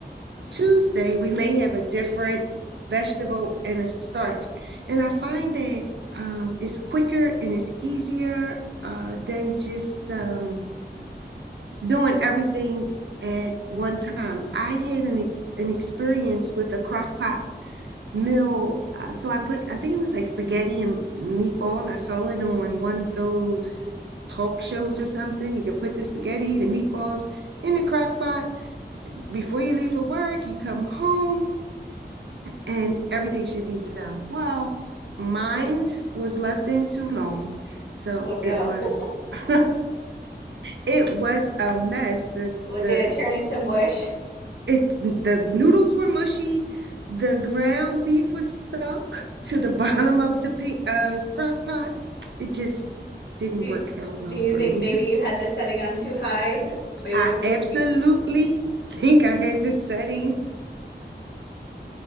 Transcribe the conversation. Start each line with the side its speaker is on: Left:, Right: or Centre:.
Right: Tuesday we may have a different vegetable and a starch. And I find that um, it's quicker and it's easier uh, than just um, doing everything at one time. I had an, e- an experience with a crock pot meal. Uh, so I put, I think it was like spaghetti and meatballs. I saw it on one of those talk shows or something. You could put the spaghetti, the meatballs in the crock pot. Before you leave for work, you come home and everything should be done. Well, mine's was left in too long. So
Left: Oh no.
Right: it was
Left: <laughs>
Right: <laughs> it was a mess. The
Left: What
Right: the
Left: did it turn into mush?
Right: it the noodles were mushy the ground beef was stuck to the <laughs> bottom of the uh, crock pot it just didn't
Left: Do you,
Right: work out well
Left: do you
Right: for
Left: think
Right: me
Left: maybe you had the setting on too high?
Right: <laughs>
Left: Maybe
Right: i
Left: it was supposed
Right: absolutely
Left: to be.
Right: think i had the setting